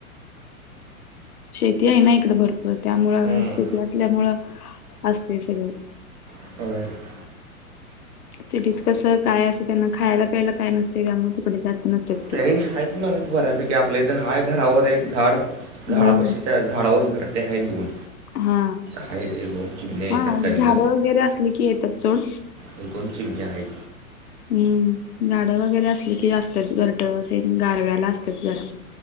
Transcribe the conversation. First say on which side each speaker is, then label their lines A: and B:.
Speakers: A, on the left; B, on the right.
A: शेती आहे ना इकडं भरपूर त्यामुळं
B: हम्म.
A: शेती असल्यामुळं असतय सगळ.
B: <inaudible>
A: सिटीत कसं काय असं त्यांना खायला पियला काय नसतय त्यामुळे तिकडे जास्त. नसतात
B: तरी
A: ती
B: हायत म्हणाच बऱ्यापैकी आपल्या इथं हाय घरावर एक झाड. घरापशी
A: हम्म
B: त्या झाडावर घरटी आहेत दोन.
A: हा
B: आहेत एक दोन चिमण्या आहेत
A: हा
B: त्यात कधीच
A: झाडं वगैरे असली की येत्यात सोड.
B: एक दोन चिमण्या आहेत.
A: हम्म झाडं वगैरे असली की लागत्यात घरट ते गारव्याला असतात जरा.